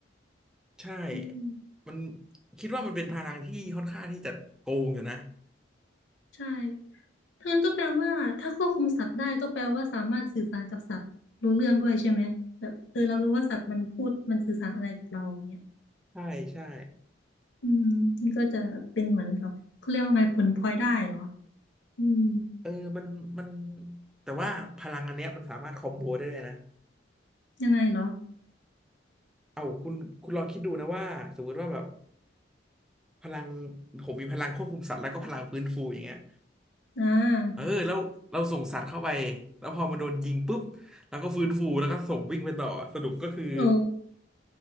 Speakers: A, in the centre; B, on the left.
A: ใช่
B: อืม
A: มันคิดว่ามันเป็นพลังที่ค่อนข้างที่จะโกงอยู่นะ
B: ใช่ทั้งนั้นก็แปลว่าถ้าควบคุมสัตว์ได้ก็แปลว่าสามารถสื่อสารกับสัตว์รู้เรื่องด้วยใช่ไหมแบบเออเรารู้ว่าสัตว์มันพูดมันสื่อสารอะไรกับเราอย่างเนี่ย
A: ใช่ใช่
B: อืมนี่ก็จะเป็นเหมือนกับเขาเรียกว่าไงผลพลอยได้เหรออืม
A: เออมันมันแต่ว่าพลังอันเนี้ยมันสามารถคอมโบได้เลยนะ
B: ยังไงเหรอ
A: เอาคุณคุณลองคิดดูนะว่าสมมติว่าแบบ พลังผมมีพลังควบคุมสัตว์แล้วก็พลังฟื้นฟูอย่างเงี้ย
B: อ่า
A: เออแล้วเราส่งสัตว์เข้าไปแล้วพอมันโดนยิงปุ๊บแล้วก็ฟื้นฟูแล้วก็ส่งวิ่งไปต่อสรุปก็คือ
B: โอ้